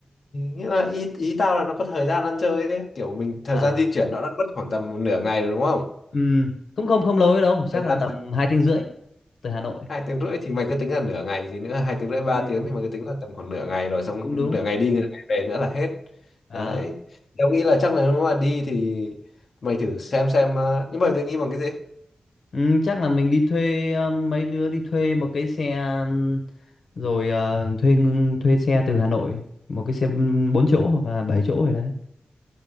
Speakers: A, on the left; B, on the left.
A: nghĩa là ý ý tao là nó có thời gian ăn chơi ấy kiểu mình thời
B: À,
A: gian di chuyển nó đã mất khoảng tầm nửa ngày rồi đúng không
B: ừm, không không không lâu ấy đâu, chắc
A: thời
B: là
A: gian
B: tầm 2 tiếng rưỡi từ Hà Nội.
A: hai tiếng rưỡi thì mày cứ tính là nửa ngày gì nữa hai tiếng rưỡi ba
B: Ừ,
A: tiếng thì mày cứ tính là tầm khoảng nửa ngày rồi xong
B: cũng đúng.
A: nửa ngày đi nửa ngày về nữa là hết
B: À.
A: đấy tao nghĩ là chắc là nếu mà đi thì mày thử xem xem ờ, nhưng mà định nghĩ bằng cái gì
B: Ừ, chắc là mình đi thuê um, mấy đứa đi thuê một cái xe um, rồi ờ, thuê ng- thuê xe từ Hà Nội một cái xe um, 4 chỗ hoặc là 7 chỗ rồi đấy